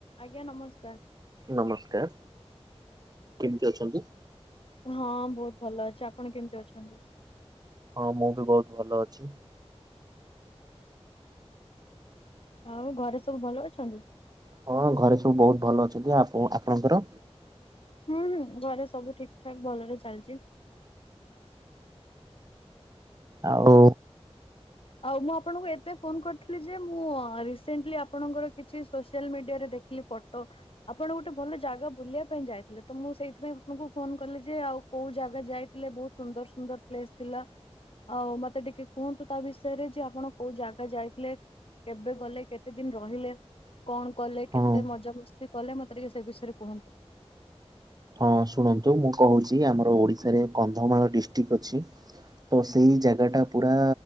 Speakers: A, on the left (about 55°); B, on the right (about 35°).
A: ଆଜ୍ଞା ନମସ୍କାର୍।
B: ନମସ୍କାର୍ କେମିତି ଅଛନ୍ତି?
A: ହଁ, ବହୁତ ଭଲ ଅଛି ଆପଣ କେମିତି ଅଛନ୍ତି?
B: ହଁ, ମୁଁ ବି ବହୁତ ଭଲ ଅଛି।
A: ଆଉ ଘରେ ସବୁ ଭଲ ଅଛନ୍ତି?
B: ହଁ, ଘରେ ସବୁ ବହୁତ ଭଲ ଅଛନ୍ତି ଆପଣ ଆପଣଙ୍କର?
A: ହୁଁ, ଘରେ ସବୁ ଠିକ୍ ଠାକ୍ ଭଲରେ ଚାଲିଚି।
B: ଆଉ
A: ଆଉ ମୁଁ ଆପଣଙ୍କୁ ଏତେ ଫୋନ କରିଥିଲି ଯେ ମୁଁ ରିସେଣ୍ଟଲି ଆପଣଙ୍କର କିଛି ସୋସିଆଲ ମିଡିଆରେ ଦେଖିଲି। ଫଟୋ। ଆପଣ ଗୋଟେ ଭଲ ଜାଗା ବୁଲିବା ପାଇଁ ଯାଇଥିଲେ ତ ମୁଁ ସେଇଥିପାଇଁ ଆପଣଙ୍କୁ ଫୋନ କଲି ଯେ ଆଉ କୋଉ ଜାଗା ଯାଇ ଥିଲେ ବହୁତ ସୁନ୍ଦର ସୁନ୍ଦର ପ୍ଲେସ୍ ଥିଲା ଆଉ ମତେ ଟିକେ କୁହନ୍ତୁ ତା ବିଷ ୟରେ ଯେ ଆପଣ କୋଉ ଜାଗା ଯାଇଥିଲେ କେବେ ଗଲେ କେତେ ଦିନ୍ ରହିଲେ? କଣ କଲେ
B: ହଁ।
A: କେତେ ମଜା ମସ୍ତି କଲେ ମତେ ଟିକେ ସେ ବିଷୟରେ କୁହନ୍ତୁ?
B: ହଁ ଶୁଣନ୍ତୁ ମୁଁ କହୁଛି ଆମର ଓଡିଶାରେ କନ୍ଧମାଳ ଡିଷ୍ଟିକ୍ ଅଛି। ତ ସେଇ ଜାଗାଟା ପୁରା